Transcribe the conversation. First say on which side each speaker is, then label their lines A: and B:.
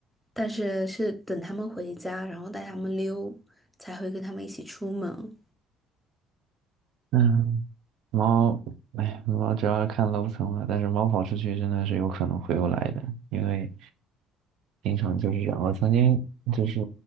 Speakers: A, in the centre; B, on the right.
A: 但是是等他们回家，然后带他们溜，才会跟他们一起出门。
B: 嗯。猫，哎，猫主要是看楼层了，但是猫跑出去真的是有可能回不来的，因为经常就是这样。我曾经就是